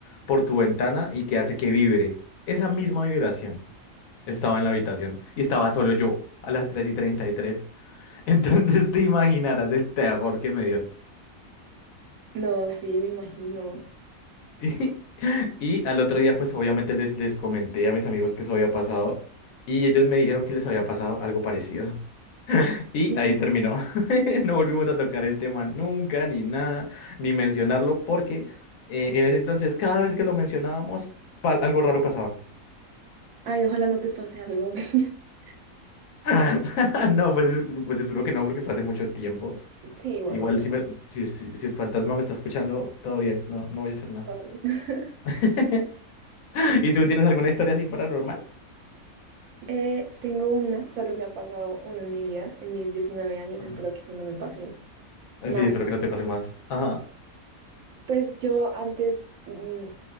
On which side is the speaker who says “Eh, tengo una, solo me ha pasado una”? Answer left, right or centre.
Right